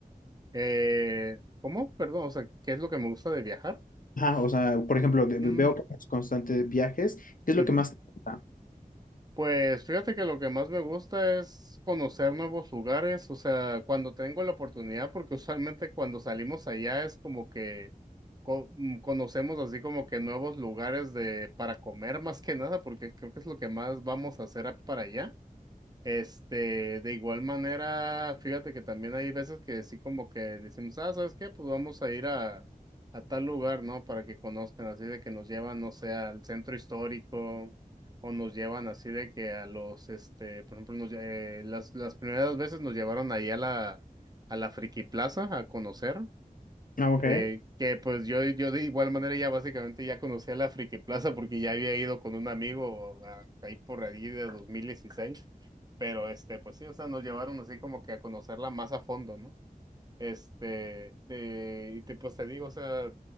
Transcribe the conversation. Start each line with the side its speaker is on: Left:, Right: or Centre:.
Right: Eh, ¿cómo? Perdón, o sea, ¿qué es lo que me gusta de viajar?
Left: Ajá, o sea, por ejemplo, de-
Right: Mm,
Left: veo que haces constantes viajes, ¿qué es
Right: ujú.
Left: lo que más te gusta?
Right: Pues fíjate que lo que más me gusta es conocer nuevos lugares, o sea, cuando tengo la oportunidad, porque usualmente cuando salimos allá es como que co- mm, conocemos así como que nuevos lugares de para comer más que nada, porque creo que es lo que más vamos a hacer a- para allá. Este, de igual manera, fíjate que también hay veces que sí como que decimos, ah, ¿sabes qué? Pues vamos a ir a, a tal lugar, ¿no? Para que conozcan, así de que nos llevan, no sé, al centro histórico, o nos llevan así de que a los, este, por ejemplo, nos lle- eh, las, las primeras veces nos llevaron ahí a la, a la Friki Plaza a conocer.
Left: Ah, ok.
Right: Eh, que pues yo, yo de igual manera ya básicamente ya conocía la Friki Plaza porque ya había ido con un amigo a- ahí por allí de dos mil dieciséis pero este, pues sí, o sea, nos llevaron así como que a conocerla más a fondo, ¿no? Este, de, y te, pues te digo, o sea,